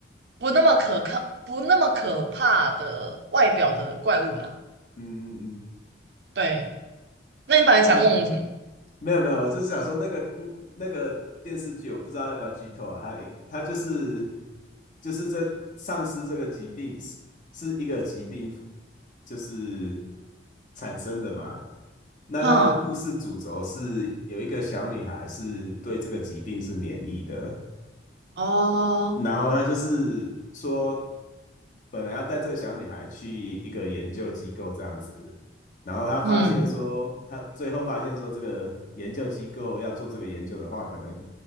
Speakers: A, on the right; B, on the left.
A: 不那么可靠、不那么可怕的外表的怪物啦。
B: 嗯嗯嗯，
A: 对，那你本来想问我什么？
B: 那没有没有，我就是想说那个故那个电视剧，我不知道要不要剧透啊。它它就是就是这丧尸这个疾病是是一个疾病，就是产生的嘛。那它的故事主轴是有一个小女孩是对这个疾病是免疫的。
A: 哼，哦，
B: 然后他就是说，本来要带这个小女孩去一个研究机构这样子，然后他发现说，
A: 嗯
B: 他最后发现说，这个研究机构要做这个研究的话，可能